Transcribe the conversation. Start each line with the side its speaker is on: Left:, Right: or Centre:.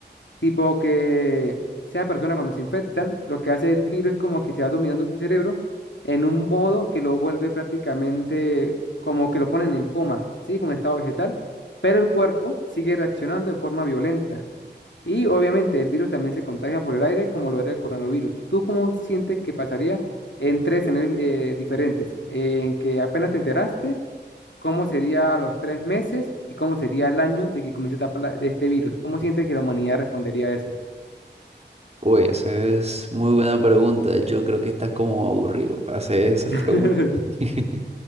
Left: tipo que sean personas cuando se infectan, lo que hace el virus es como que se va dominando su cerebro en un modo que lo vuelve prácticamente como que lo ponen en coma, ¿sí? Como en estado vegetal, pero el cuerpo sigue reaccionando de forma violenta. Y obviamente el virus también se contagia por el aire, como lo era el coronavirus. ¿Tú cómo sientes que pasaría en tres escenarios eh, diferentes? En que apenas te enteraste, ¿cómo sería a los tres meses y cómo sería el año de que comience esta pla- de este virus? ¿Cómo sientes que la humanidad respondería a eso?
Right: uy, esa es muy buena pregunta, de hecho creo que estás como aburrido para hacer esas
Left: <laughs>
Right: preguntas. <laughs>